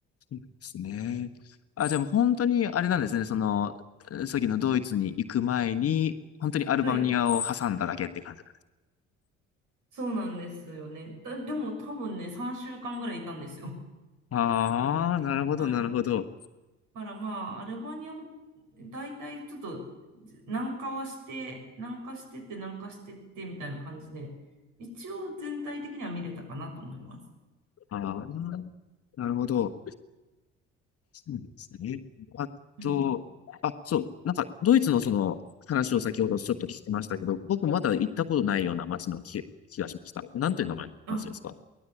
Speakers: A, on the left (about 40°); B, on the right (about 60°).
A: ですね。あ、じゃあもう本当にあれなんですね。その、さっきのドイツに行く前に、本当にアルバニアを挟んだだけって感じ。
B: はい。そうなんですよね。だ、でも多分ね、3週間ぐらいいたんですよ。
A: ああ、なるほど、
B: はい。
A: なるほど。
B: だからまあ、アルバニアも大体ちょっと南下はして、南下してって南下してってみたいな感じで、一応全体的には見れたかなと思います。
A: ああ、なるほど。そうなんですね。あと、
B: うん。
A: あ、そう、なんか、ドイツのその話を先ほどちょっと聞きましたけど、僕まだ行ったことないような街の気、気がしました。なんという名前の街ですか
B: あ、